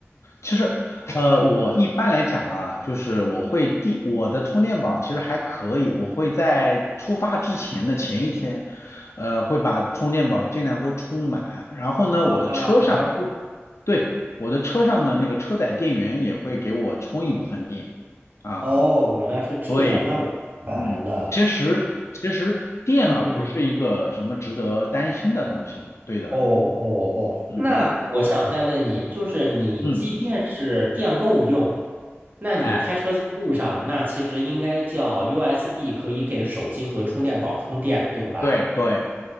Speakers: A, on the left (about 85°); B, on the right (about 40°).
A: 其实呃，我一般来讲啊，就是我会第我的充电宝其实还可以，我会在出发之前的前一天，呃，会把充电宝尽量都充满，然后呢，我的车上，
B: 啊，原来这
A: 对，我的车上呢那个车载电源也会给我充一部分电啊，
B: 哦，原来是这样，
A: 对。
B: 那我明白了。
A: 嗯，其实其实电啊不是一个什么值得担心的东西，
B: 嗯，
A: 对的，
B: 哦哦哦，
A: 嗯嗯
B: 那我想再问你，就是你即便是电够用，
A: 嗯，
B: 那你开车在路上，
A: 哎，
B: 那其实应该叫 USB 可以给手机和充电宝充电，对吧？
A: 对对